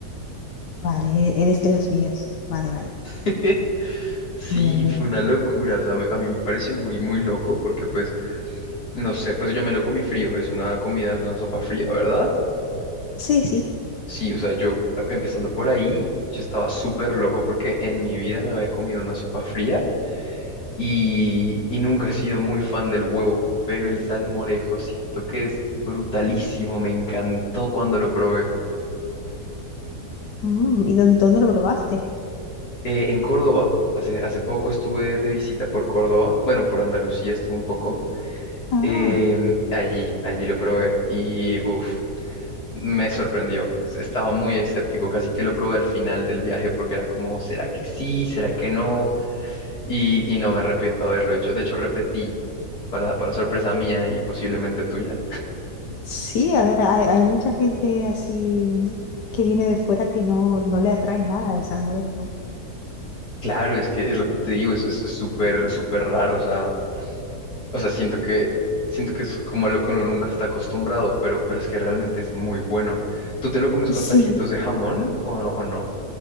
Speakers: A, on the left; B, on the left.
A: Vale, e-, eres de los míos. Vale, vale.
B: <laughs> Sí,
A: Bien, bien.
B: fue una locura, o sea, a mí, a mí me pareció muy, muy loco porque pues, no sé, pues yo me lo comí frío, es una comida, es una sopa fría, ¿verdad?
A: Sí, sí.
B: Sí, o sea, yo, eh, empezando por ahí, yo estaba súper loco porque en mi vida me había comido una sopa fría y, y nunca he sido muy fan del huevo, pero el salmorejo siento que es brutalísimo, me encantó cuando lo probé.
A: Mm, ¿y dónde, dónde lo probaste?
B: Eh, en Córdoba, hace, hace poco estuve de visita por Córdoba, bueno, por Andalucía estuve un poco.
A: Ah.
B: Em, allí, allí lo probé y uff, me sorprendió. Estaba muy escéptico, casi que lo probé al final del viaje porque era como, ¿será que sí? ¿Será que no? Y, y no me arrepiento de haberlo hecho. De hecho, repetí para, para sorpresa mía y posiblemente tuya.
A: Sí, a ver, hay, hay mucha gente así que viene de fuera que no, no le atrae nada el salmorejo.
B: Claro, es que es lo que te digo, es es- es súper, súper raro. O sea, o sea, siento que, siento que es como a lo que uno nunca está acostumbrado, pero, pero es que realmente es muy bueno. ¿Tú te lo comes
A: Sí,
B: con taquitos de jamón o, o no?